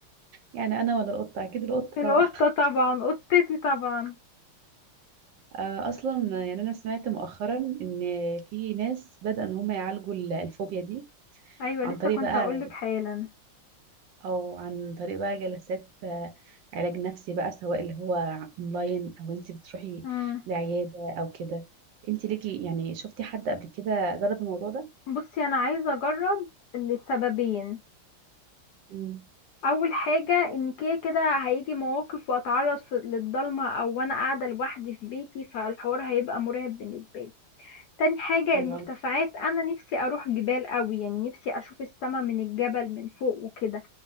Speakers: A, on the right (about 70°); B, on the left (about 75°).
A: يعني انا ولا القطه اكيد القطه
B: القطة
A: طبعا
B: طبعا قطتي طبعا
A: آه، اصلا يعني انا سمعت مؤخرا ان في ناس بدأوا ان هم يعالجوا ال- الفوبيا دي
B: ايوه
A: عن
B: لسه
A: طريق
B: كنت
A: بقى
B: اقولك حالا
A: او عن طريق بقى جلسات آه، علاج نفسي بقى سواء اللي هو اونلاين او انت بتروحي
B: مم.
A: لعيادة او كده انت ليكي يعني شفتي حد قبل كده جرب الموضوع ده
B: بصي انا عايزه اجرب لسببين
A: امم
B: اول حاجه ان كده كده هيجي مواقف واتعرض في- للضلمه او وانا قاعده لوحدي في بيتي فالحوار هيبقى مرعب بالنسبه لي تاني حاجة
A: ايوه
B: المرتفعات أنا نفسي أروح جبال قوي يعني نفسي أشوف السما من الجبل من فوق وكده